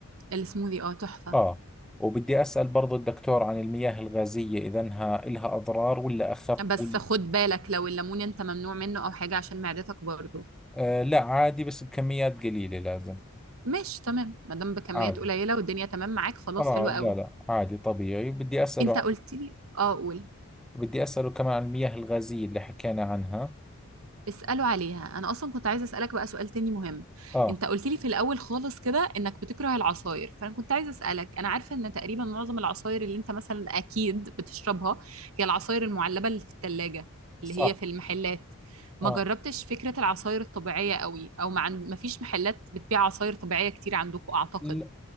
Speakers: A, on the right; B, in the centre.
A: السموذي اه تحفة
B: اه وبدي اسأل برضو الدكتور عن المياه الغازية اذا إنها إلها اضرار ولا اخف
A: بس
B: ولا
A: خد بالك لو الليمون انت ممنوع منه او حاجة عشان معدتك برضه
B: آه لا عادي بس بكميات قليلة لازم
A: ماشي تمام ما دام بكميات
B: عادي
A: قليلة والدنيا تمام معاك خلاص
B: آه
A: حلوة
B: لا
A: قوي
B: لا عادي طبيعي بدي أسأله
A: انت
B: عن...
A: قلت لي اه قول
B: بدي أسأله كمان عن المياه الغازية اللي حكينا عنها
A: اسألوا عليها انا اصلا كنت عايزة اسألك بقى سؤال تاني مهم
B: آه
A: انت قلت لي في الاول خالص كده انك بتكره العصاير فانا كنت عايزة اسألك انا عارفة ان تقريبا معظم العصاير اللي انت مثلا اكيد بتشربها هي العصاير المعلبة اللي في التلاجة اللي
B: صح
A: هي في المحلات ما
B: آه
A: جربتش فكرة العصاير الطبيعية قوي او ما عن... ما فيش محلات بتبيع عصاير طبيعية كتير عندكم اعتقد
B: ل-